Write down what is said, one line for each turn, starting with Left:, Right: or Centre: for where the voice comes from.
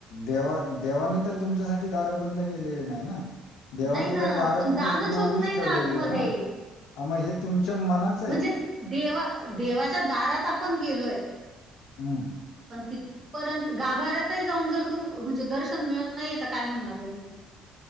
Left: देवा देवाने तर तुमच्यासाठी दारं बंद केलेली नाहि ना? देवाने
Right: नाही ना
Left: तर दारं
Right: पण
Left: तुमच्यासाठी
Right: जाणंच होत
Left: उघडीच
Right: नाही
Left: ठेवलेलीय
Right: ना आतमध्ये.
Left: ना? हा मं हे तुमच्या मनात
Right: म्हणजे देवा देवाच्या दारात आपण गेलोय
Left: हम्म
Right: पण तिथपर्यंत गाभाऱ्यातही जाऊन जर तु म्हणजे दर्शन मिळत नाहीये तर काय म्हणणार तूम्ही?